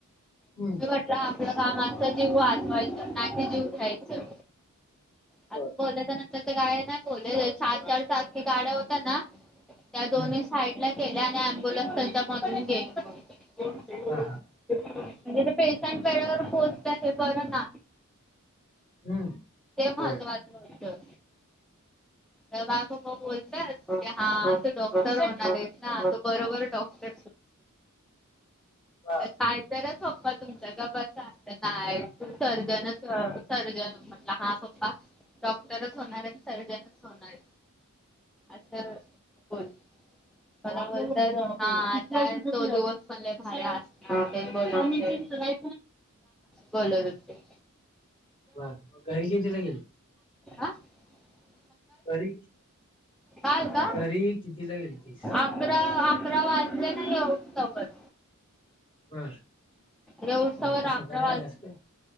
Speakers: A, on the left; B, in the centre.
A: हम्म
B: म्हटलं आपलं कामा जीव वाचवायच ना क जीव घ्यायचं आता
A: बर
B: बोल त्या नंतर ते काय नाही बोलले सात चार सारखे गाड्या होत्या ना त्या
A: हम्म
B: दोन्ही साईड ला गेल्या आणि अम्बुलनस त्यांच्या मधून गेली
A: हा हा
B: म्हणजे ते पेशंट वेळेवर पोहोचत हे बरं ना
A: हम्म
B: ते महत्त्वाचं
A: होय
B: होतं तर बा ग बोलतात की हा डॉक्टर होणारस ना तो बरोबर डॉक्टर
A: बर
B: काय तर पप्पा तुमच्या गत ना सर्जन सर्जन म्हट हा पप्पा डॉक्टरच होणार सर्जन होणार अच्छा बण ब बोलत हा आ तो दिवस पणले भारी हा ते बोल बोलतते
A: बरं म घरी घेतीलागेल
B: ह आ
A: घरी
B: काल का
A: घरी किती ला गेलतिस
B: अकरा अकरा वाजले ना येउ सोबत
A: बर
B: देहसवर
A: मग आता
B: आम्रवाल
A: सकाळी आल्यास काय